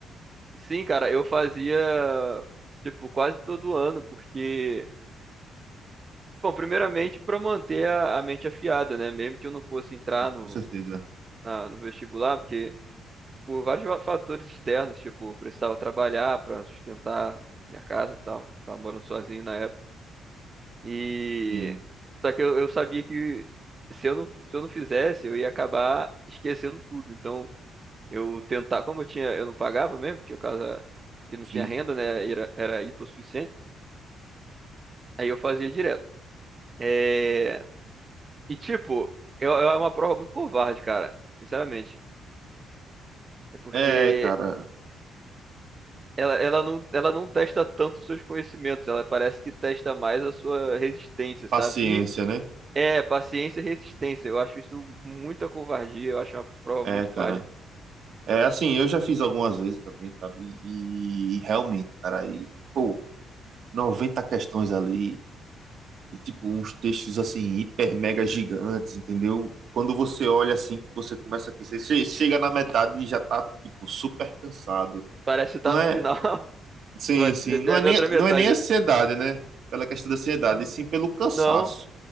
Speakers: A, on the right; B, on the right.
A: sim, cara, eu fazia, tipo, quase todo ano, porque. Bom, primeiramente, pra manter a, a mente afiada, né? Mesmo que eu não fosse entrar
B: sim,
A: no,
B: com certeza.
A: na- no vestibular, porque por vários fatores externos, tipo, eu precisava trabalhar para sustentar minha casa e tal. Tava morando sozinho na época. E
B: Sim,
A: só que eu, eu sabia que se eu não, se eu não fizesse, eu ia acabar esquecendo tudo. Então, eu tentar, como eu tinha, eu não pagava mesmo, tinha casa que não
B: sim.
A: tinha renda, né? Era, era hipossuficiente. Aí eu fazia direto. É, E tipo, eu, eu era uma prova muito covarde, cara, sinceramente. É porque
B: É, cara,
A: Ela, ela não, ela não testa tanto os seus conhecimentos, ela parece que testa mais a sua resistência,
B: paciência,
A: sabe? E
B: né?
A: é, paciência e resistência. Eu acho isso muita covardia, eu acho uma prova
B: É,
A: muito
B: cara.
A: falha.
B: É assim, eu já fiz algumas vezes também, sabe? E realmente, cara, e, pô, 90 questões ali e tipo uns textos assim hiper mega gigantes, entendeu? Quando você olha assim, você começa a aquecer, che- chega na metade e já tá tipo super cansado.
A: Parece estar
B: Não
A: no
B: é,
A: final. <laughs>
B: Sim,
A: Vai ter
B: sim. Não é nem,
A: a outra metade.
B: não é nem ansiedade, né? Pela questão da ansiedade,
A: Hum,
B: e sim pelo cansaço.
A: Não,